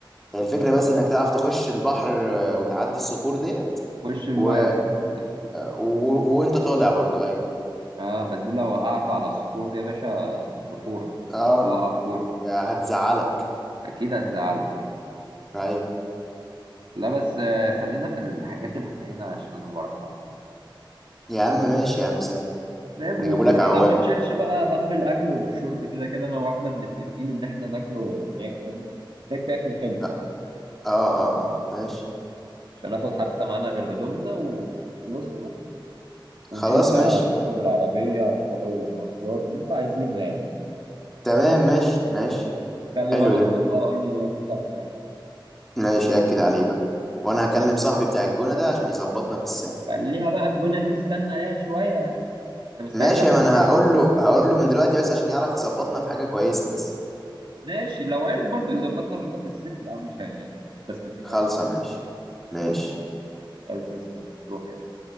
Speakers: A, in the centre; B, on the right.
A: هي الفكره بس انك تعرف تخش البحر آه، وتعدي الصخور ديت
B: خش المايه
A: و...
B: ذات نفسها
A: و... وانت طالع برضو ايوه
B: اه بس دي لو وقعت على الصخور دي يا باشا بفورة
A: اه
B: اللي وقع بفورة
A: يا هتزعلك
B: أكيد هتزعلك
A: ايوه
B: لا بس آه خلينا في الحاجات الحنينة عشان أنا ما بعرفش أعوم كده
A: يا عم ماشي يا عم سهل
B: فاهم
A: نجيبوا
B: وغير
A: لك
B: كده
A: عوامه
B: ما تشيلش بقى هم الأكل والشرب كده كده أنا وأحمد متفقين إن إحنا ناكله هناك فاهم ناكل أكل حلو
A: اه اه اه آه، ماشي
B: مش هناخد حتى معانا غير هدومنا و- وفلوسنا ونشوف
A: خلاص
B: بقى
A: ماشي
B: هتروحوا بالعربية هتروحوا مواصلات اللي انتوا عايزينه يعني
A: تمام ماشي ماشي
B: اكلم
A: حلو
B: انا احمد
A: ده
B: بقى اقول له اتفقت معاك
A: ماشي اكد عليه بقى وانا هكلم صاحبي بتاع الجونه ده عشان يظبطنا في الساعه
B: خليها بقى الجونة دي استنى عليها شوية يا عم انت مستعجل
A: ماشي
B: على الجونة
A: ما انا
B: ليه؟
A: هقول له هقول له من دلوقتي بس عشان يعرف يظبطنا في حاجة كويسة بس
B: ماشي لو عرف برضه يظبطنا بحاجة في الصيف يا عم شغال بس في الحناية
A: خالصة
B: بقى.
A: ماشي ماشي
B: خلص يا زميلي روح يلا